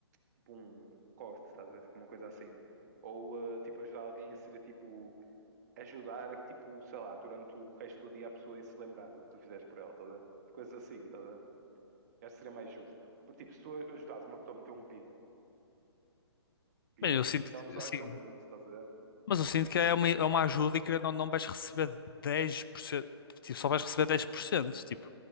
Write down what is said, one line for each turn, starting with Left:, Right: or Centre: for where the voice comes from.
Right: tipo um corte, estás a ver? Tipo, uma coisa assim. Ou, ah, tipo, ajudar alguém seria tipo, ajudar a que, tipo, sei lá, durante o resto do dia a pessoa ia se lembrar do que tu fizeste por ela, estás a ver? Coisas assim, estás a ver? Acho que seria mais justo. Porque, tipo, se tu ajudares uma pessoa a meter um pi, pi-
Left: Bem, eu sinto
Right: aquela
Left: que,
Right: pessoa
Left: sim.
Right: ajudou-me muito, estás a ver?
Left: Mas eu sinto que é uma, é uma ajuda e que não, não vais receber 10%, tipo, só vais receber 10%, tipo,